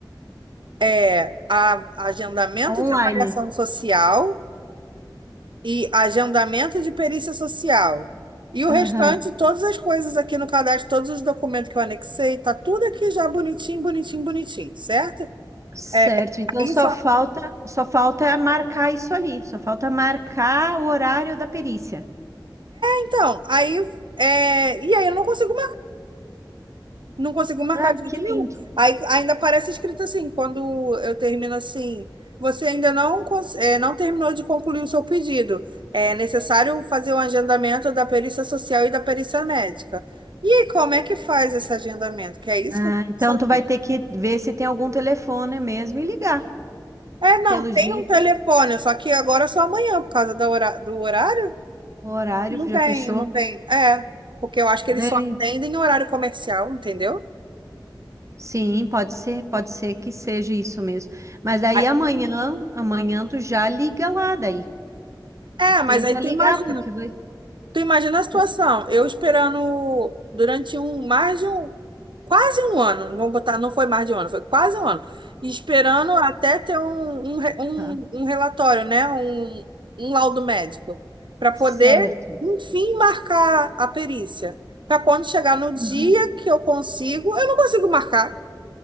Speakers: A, on the right (about 75°); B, on the right (about 40°).
A: é, a, agendamento
B: online.
A: de avaliação social e agendamento de perícia social. E o
B: Aham.
A: restante, todas as coisas aqui no cadastro, todos os documentos que eu anexei, tá tudo aqui já bonitinho, bonitinho, bonitinho, certo?
B: Certo,
A: É,
B: então
A: aí
B: só
A: só-
B: falta, só falta marcar isso ali, só falta marcar o horário da perícia.
A: Então, aí, é, e aí eu não consigo Não conseguiu marcar
B: Ah,
A: de jeito
B: que
A: nenhum.
B: lindo.
A: Aí ainda aparece escrito assim, quando eu termino assim, você ainda não, cons- eh, não terminou de concluir o seu pedido. É necessário fazer o agendamento da perícia social e da perícia médica. E aí, como é que faz esse agendamento? Que é isso
B: Ah,
A: que eu quero
B: então
A: saber.
B: tu vai ter que ver se tem algum telefone mesmo e ligar.
A: É, não,
B: Pelo
A: tem
B: jeito,
A: um telefone, só que agora é só amanhã, por causa da hora- do horário.
B: o horário
A: Não
B: já
A: tem,
B: fechou.
A: não tem. É, porque eu acho que
B: É.
A: eles só atendem em horário comercial, entendeu?
B: Sim, pode ser, pode ser que seja isso mesmo. Mas aí
A: Aí-
B: amanhã, amanhã tu já liga lá daí.
A: É, mas
B: Tenta
A: aí tu
B: ligar,
A: imagina.
B: porque vai.
A: Tu imagina a situação,
B: vai-
A: eu esperando durante um, mais de um, quase um ano, não vou botar, não foi mais de um ano, foi quase um ano, esperando até ter um, um, re- um,
B: Aham,
A: um relatório, né, um, um laudo médico, para poder,
B: certo.
A: enfim, marcar a perícia. Para quando chegar no dia
B: Uhum.
A: que eu consigo, eu não consigo marcar.